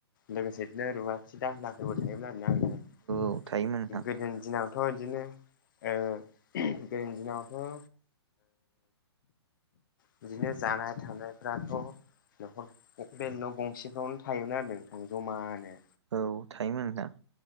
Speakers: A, on the left; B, on the right.
A: लोगोसे बिदिनो रुवाथि दाहोना फोरबो थायोमोन आरोना <unintelligible>
B: औ थायोमोन नोंथां
A: गोदोनि दिनाव। थ' बिदिनो ओ गोदोनि दिनावथ' ओ बिदिनो जानाय थानायफ्राथ' <unintelligible> बे न' गंसेफ्रावनो थायोमोन आरो नोंथां जमानो।
B: औ थायोमोन <unintelligible>